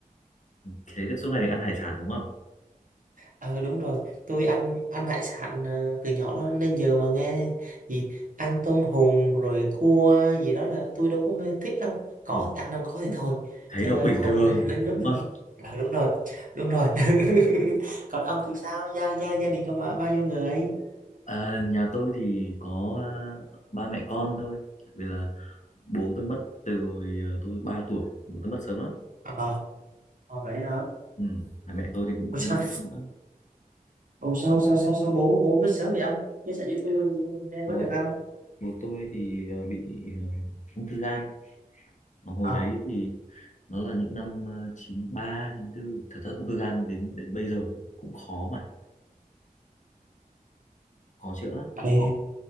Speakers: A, on the left (about 55°); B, on the right (about 65°).
A: thế được suốt ngày được ăn hải sản đúng không
B: Ờ đúng rồi, tôi ăn ăn hải sản ờ, từ nhỏ đó nên giờ mà nghe gì ăn tôm hùm rồi cua gì đó là tôi đâu có mê thích đâu. Có
A: ừ.
B: thì ăn không có thì thôi.
A: thấy
B: Chứ
A: nó bình
B: không
A: thường
B: đến mức
A: đúng
B: <laughs>
A: không
B: Ờ ờ, đúng rồi, đúng rồi. <laughs> Còn ông thì sao? Gia gia gia đình có bao bao nhiêu người?
A: à, nhà tôi thì có ờ, ba mẹ con thôi vì là bố tôi mất từ hồi ờ, tôi ba tuổi bố tôi mất sớm lắm
B: Ờ, à, vậy hả?
A: ừ. mà mẹ tôi thì cũng không
B: Ủa sao?
A: đi nước nữa
B: Ủa sao sao sao sao bố bố biết sớm vậy ông? Chia sẻ với tôi nghe
A: bố
B: có được không?
A: bố tôi thì ờ, bị ờ, ung thư gan mà hồi
B: Ờ.
A: đấy thì nó là những năm ờ, chín ba chín 94 thật ra ung thư gan đến đến bây giờ cũng, cũng khó mà khó chữa lắm
B: Ừ.